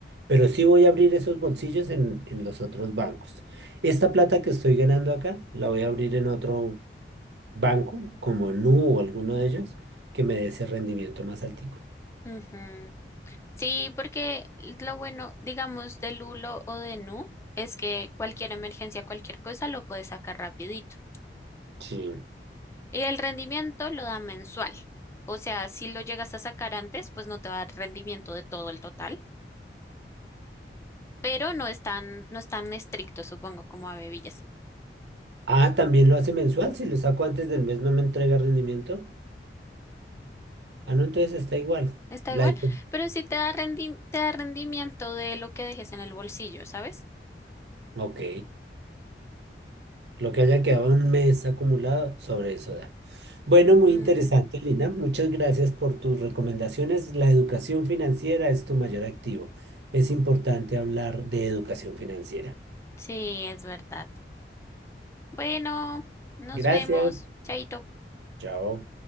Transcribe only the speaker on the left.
Ujú. Sí, porque lo bueno, digamos, de Lulo o de Nu es que cualquier emergencia, cualquier cosa lo puedes sacar rapidito.
Y el rendimiento lo da mensual. O sea, si lo llegas a sacar antes, pues no te va a dar rendimiento de todo el total, pero no es tan, no es tan estricto, supongo, como Abevillas.
Está
igual,
pero sí te da rendi- te da rendimiento de lo que dejes en el bolsillo, ¿sabes?
Mm,
sí, es verdad. Bueno, nos
vemos. Chaito.